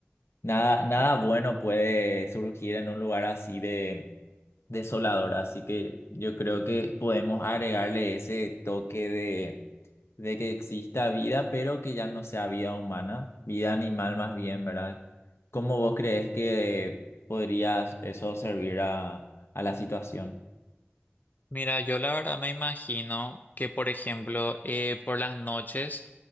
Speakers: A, on the left (about 90°); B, on the left (about 45°).
A: Nada, nada bueno puede surgir en un lugar así de desolador, así que yo creo que podemos agregarle ese toque de, de que exista vida, pero que ya no sea vida humana, vida animal más bien, ¿verdad? ¿Cómo vos crees que podría eso servir a, a la situación?
B: Mira, yo la verdad me imagino que, por ejemplo, eh, por las noches,